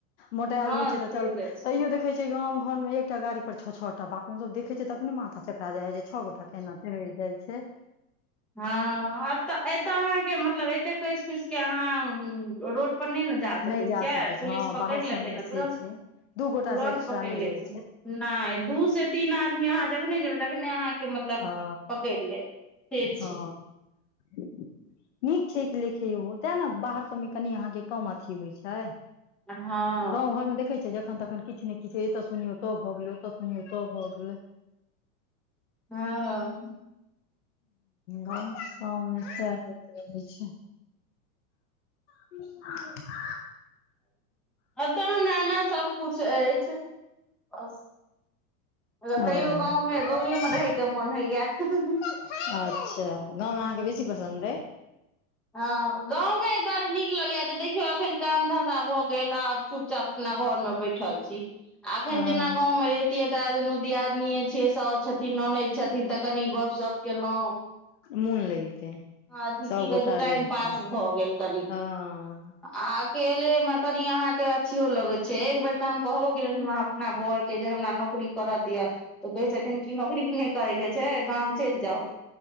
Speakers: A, on the left; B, in the centre.
A: मोटाल
B: हँ
A: होइ छै
B: चलि
A: तऽ चल
B: जाइ छी
A: तैयो देख देखे छै गाँव घरमें एकटा गाड़ी पर छ छ टा बाप रे बा हमसब देखे छै तखने माथा चकरा जाइ यै। छ गोटा केना चलि जाइ छै।
B: हऽ एतऽ अहाँके मतलब एते कस कुस के अहाँ रोड पर नहि ने जा सकै
A: नहि
B: छियै
A: छै
B: पुलिस
A: हँ
B: पकड़ि
A: बाहर सब
B: लेतै
A: मे
B: ने
A: से
B: तुरन्त। तुरंत
A: छै दू गोटा से एक्स्ट्रा
B: पकड़
A: नहि
B: ले
A: जाइ
B: छै नहि दू से तीन आदमी अहाँ जखने जेबै तखने अहाँके मतलब
A: हँ
B: पकड़ि लेत। से छै
A: हँ नीक छै एक लेखे ओ तैं ने बाहर सभमे कनि अहाँके कम अथी होइ छै।
B: हँ
A: गाँं घर मे देखै छै जे एखन तखन किछु ने किछ छै एतय सुनियो तब भऽ गेले ओतय सुनियो तब भऽ गेले।
B: हँ
A: गाँव सबमे सएह होइत रहै छै। <unintelligible>
B: एतऽ हमरा एना सबकिछु अछि। बस मतलब तैयो
A: ओ
B: गाँवमे गाँवएमे रहयके मोन होइए हँ-हँ-हँ
A: <unintelligible> अच्छा गाँंवमे अहाँके बेसी पसन्द अइ।
B: हँ गाँवमे एहि दुआरे नीक लगैया जे देखियौ अखन काम धन्धा भऽ गेल आब। चुपचाप अपना घर में बैठल छी। अखन
A: हँ
B: जेना गाँव में रहितियै तऽ दुनू दियादनीये छियै साउस छथिन ननद छथिन तऽ कनी गपशप केलहुँं
A: मोन लगिते
B: <unintelligible> अथी
A: सब
B: की कहै
A: गोटा
B: छै। टाइम
A: रहितौं
B: पास भऽ गेल कनि।
A: हँ
B: आ अकेले मे कनि अहाँ के अथियो लगे छै एक बेर तऽ हम कहबो केलिये वहाँ अपना बरके जे हमरा नौकरी करऽ दिअ तऽ कहै छथिन कि नौकरी नहि करयके छै गाम चलि जाउ